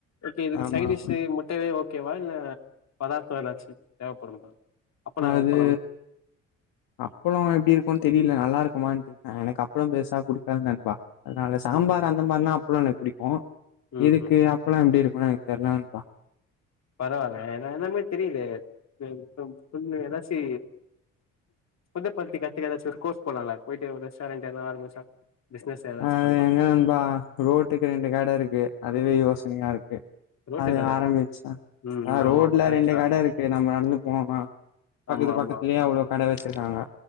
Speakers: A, on the left; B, on the left.
A: ஓகே இதுக்கு
B: ஆமா
A: சைடிஷு
B: ஆமா
A: முட்டையவே ஓகேவா இல்ல பதார்த்தொ எதாச்சு தேவப்படுமா அப்பளோ
B: அது
A: பழம்
B: அப்பளோ எப்டி இருக்கு தெரி இல்ல நல்லாருக்குமான் கேக்றே எனக்கு அப்ளோ பெருசா புடிக்காது நண்பா அதனால சாம்பார்
A: ம்
B: அந்த மார்னா அப்பள புடிக்கு
A: ம்
B: இதுக்கு
A: ம்
B: அப்பலம் எப்டி இரு ஹ எனக் தெர்ல நண்பா
A: பரவால்ல எல்லாமே தெரியுதே <unintelligible> எதாச்சு ஃபுட்ட பத்தி கத்துக்க ஏதாச்சு ஒரு கோர்ஸ் போலால போயிட்டு ஒரு ரெஸ்டாரன்ட் எதனு ஆரம்பிச்சா பிசினஸ் ஏதாச்சு
B: அஹ்
A: பண்லா
B: எங்க நண்பா ரோட்டுக்கு ரெண்டு கட இருக்கு அதுவே யோச் <unintelligible>
A: ரோட்டு
B: அது
A: கட
B: ஆரம்பிச்ச
A: இருக்கு ம்
B: ஆ
A: ஆமா
B: ரோட்ல
A: ஆமா கரெக்ட்
B: ரெண்டு
A: தா
B: கட இருக்கு நம்ம நடந்து போவோம் பக்கத்து
A: ஆமா
B: பக்கத்துலயே
A: ஆமா
B: அவ்ளோ கட வச்சிருக்காங்க